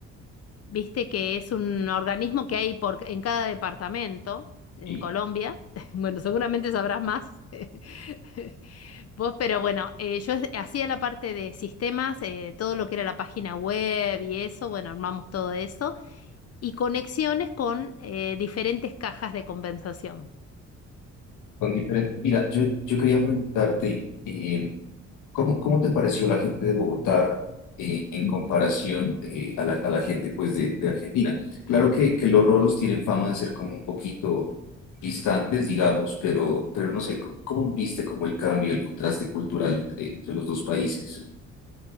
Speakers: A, on the left; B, on the left.
A: Viste que es un organismo que hay por, en cada departamento en
B: Y
A: Colombia. <laughs> Bueno, seguramente sabrás más. <laughs> Vos, pero bueno, eh, yo es- hacía la parte de sistemas, eh, todo lo que era la página web y eso, bueno, armamos todo eso, y conexiones con eh, diferentes cajas de compensación.
B: con diferente, mira, yo, yo quería preguntarte, eh, ¿Cómo, cómo te pareció la gente de Bogotá eh, en comparación eh, a la, a la gente pues, de, de Argentina? Claro que, que los rolos tienen fama de ser como un poquito distantes, digamos, pero, pero no sé, c- ¿cómo viste como el cambio, el contraste cultural entre, entre los dos países?